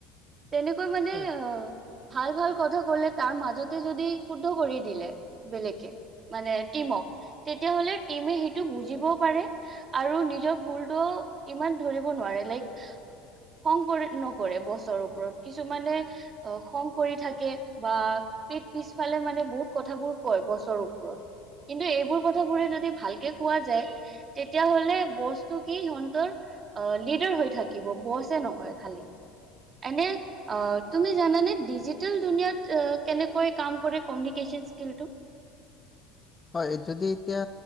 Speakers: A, on the right; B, on the left.
A: তেনেকৈ মানে
B: হয়।
A: অ', ভাল ভাল কথা ক'লে, তাৰ মাজতে যদি শুদ্ধ কৰি দিলে, বেলেগে মানে টিমক, তেতিয়াহলে টিমে সেইটো বুজিবও পাৰে আৰু নিজৰ ভুলটো ইমান ধৰিব নোৱাৰে, লাইক খং কৰি, নকৰে বছৰ ওপৰত, কিছুমানে অ', খং কৰি থাকে। বা সেই পিছফালে মানে বহুত কথাবোৰ কয় বছৰ ওপৰত, কিন্তু এইবোৰ কথাবোৰে যদি ভালকে কোৱা যায় তেতিয়াহলে বস্তুকি সিহঁতৰ অ লিডাৰ হৈ থাকে। <unintelligible> কিব বচে নহয় খালী এনে- অ তুমি জানানে ডিজিটেল দুুনিয়াত এ কেনেকৈ কাম কৰে কমিউনিকেশ্যনচ স্কিলটো
B: হয় যদি এতিয়া